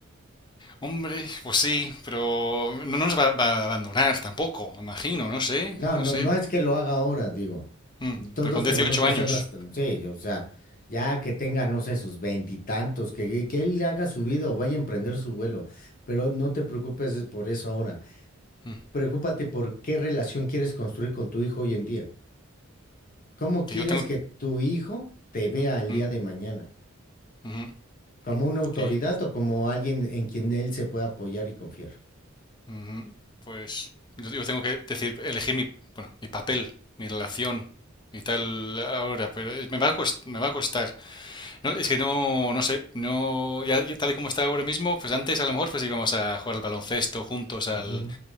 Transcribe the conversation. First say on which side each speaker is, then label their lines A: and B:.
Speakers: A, on the left (about 20°); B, on the left (about 45°).
A: Hombre, pues sí, pero no, no nos va, va a abandonar tampoco, me imagino, no sé,
B: No,
A: no
B: no,
A: sé.
B: no es que lo haga ahora, digo.
A: Mm,
B: Todos
A: pero con 18
B: tenemos que
A: años,
B: hacer nuestro, sí, o sea, ya que tenga, no sé, sus veintitantos, que, que él haga su vida o vaya a emprender su vuelo, pero no te preocupes es por eso ahora.
A: mm,
B: Preocúpate por qué relación quieres construir con tu hijo hoy en día. ¿Cómo
A: que
B: quieres
A: yo tengo...
B: que tu hijo te vea el
A: mm,
B: día de mañana?
A: ujú,
B: como una autoridad
A: que,
B: o como alguien en quien él se pueda apoyar y confiar.
A: ujú, pues yo, yo tengo que decir, elegir mi, bueno, mi papel, mi relación y tal ahora, pero eh, me va a cost- me va a costar. No, es que no, no sé, no, ya, ya tal y como está ahora mismo, pues antes a lo mejor pues íbamos a jugar al baloncesto juntos al,
B: Ujú,